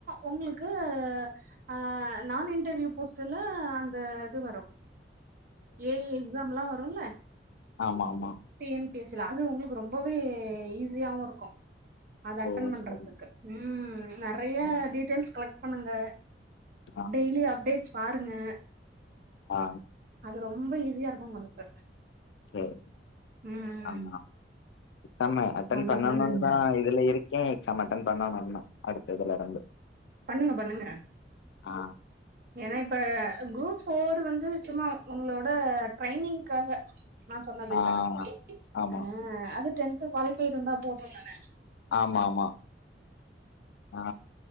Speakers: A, on the right; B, on the left.
A: உங்ளுக்கு அ நான் இன்டர்வியூ போஸ்ட்ல்ல அந்த இது வரு ஏ இ எக்ஸாம்ல்லா வருல்ல
B: ஆமாமா
A: T N P S C ல அது உங்ளுக்கு ரொம்பவே ஈஸியாவுருக்கு அது அட்டன்
B: ஓ
A: பண்றதுக்கு
B: சரி
A: ம் நெறைய
B: ஆ
A: டீட்டெய்ல்ஸ் கலெக்ட் பண்ணுங்க
B: ஆ
A: டெய்லி அப்டேட்ஸ் பாருங்க
B: ஆ
A: அது ரொம்ப ஈஸியா இருக்கு உங்களுக்கு
B: சேரி
A: ம்
B: ஆமா எக்ஸாம் அட்டென்
A: நல்லா
B: பண்ணனுன்
A: பண்ணுங்க
B: தா இதுல இரு க்கே எக்ஸாம் அட்டன் பண்ணனுன் அடுத்ததுல இருந்து
A: பண்ணுங்க பண்ணுங்க
B: ஆ
A: ஏன்னா இப்ப குரூப் ஃபோர் வந்து சும்மா உங்களோட ட்ரைனிங்க்காக நா சொன்னது
B: ஆ
A: இப்ப
B: ஆமா
A: ஆ அது டென்த் குவாலிஃபைடு இருந்தா போது தான
B: ஆமாமா ஆ